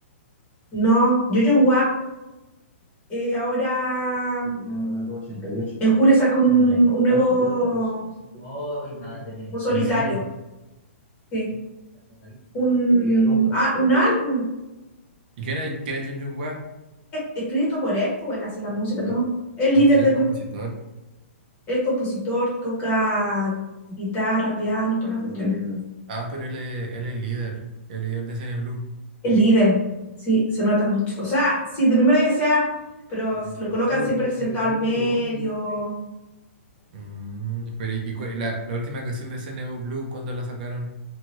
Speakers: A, on the left; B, on the right.
A: No, Yo Jung eh, ahora mm, 88. en julio saca un, yeah. un nuevo, Ay, un solitario,
B: Sencillo. <laughs>
A: sí. un, ah, un álbum
B: Mm. ¿Y quién es, quién es Jun Jun Hwa?
A: e, escrito por él, pues él hace la música, Ya. todo. El
B: ¿En
A: líder
B: serio
A: del
B: es compositor?
A: grupo, el compositor, toca guitarra, piano, todas las cuestiones.
B: Ah, pero él es, él es líder. El líder de C N Blue
A: El líder, sí, se nota mucho. O sea, sí, de primero ya sea, pero lo colocan siempre sentado al medio.
B: Mm, pero ¿y y cu- la, la última canción de CNU Blue, cuándo la sacaron?